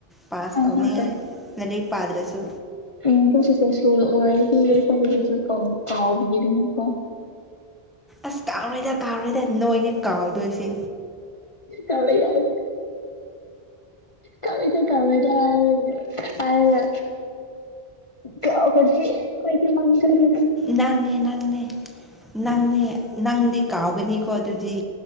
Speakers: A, in the centre; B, on the left.
A: ꯄꯥꯛꯁ
B: ꯍꯣꯏ
A: ꯇꯧꯅꯤꯡꯉꯥꯏ
B: ꯍꯣꯏ
A: ꯂꯥꯏꯔꯤꯛ ꯄꯗꯔ꯭ꯁꯨ
B: ꯑꯦ ꯀꯩ ꯁꯔꯗꯤ ꯂꯩꯈꯣꯏꯁꯨ ꯀꯥꯎꯕꯤꯔꯅꯀꯣ
A: ꯑꯁ ꯀꯥꯎꯔꯣꯏꯗ ꯀꯥꯎꯔꯣꯏꯗ ꯅꯣꯏꯅꯦ ꯀꯥꯎꯗꯣꯏꯁꯦ
B: ꯀꯔ ꯌꯥꯗ ꯀꯥꯎꯔꯣꯏꯗ ꯀꯥꯎꯔꯣꯏꯗ ꯍꯥꯏꯔꯒꯥ ꯍꯥꯏꯔꯒꯥ ꯀꯥꯎꯔꯥꯗꯤ ꯑꯩꯈꯣꯏꯗꯤ ꯃꯡꯖꯔꯦ
A: ꯅꯪꯅꯦ ꯅꯪꯅꯦ ꯅꯪꯅꯦ ꯅꯪꯗꯤ ꯀꯥꯎꯒꯅꯤꯀꯣ ꯑꯗꯨꯗꯤ